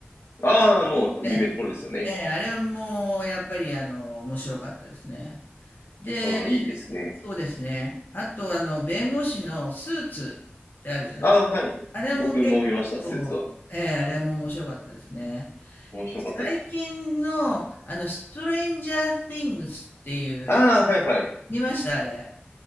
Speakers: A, on the left; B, on the left.
A: ああ、もう有名どころですよね。
B: ええ、ええあれはもう、やっぱり、あの、面白かったですね。で、
A: ああ、いいですね。
B: そうですね。あと、あの、弁護士のスーツってあるじゃない
A: ああ、はい。
B: あれも結構、
A: 僕も見ました、スーツは。
B: ええ、あれも面白かったですね。
A: 面白かったです。
B: 最近の、あの、ストレンジャー・シングスっていう、
A: ああ、はい、はい。
B: 見ましたあれ。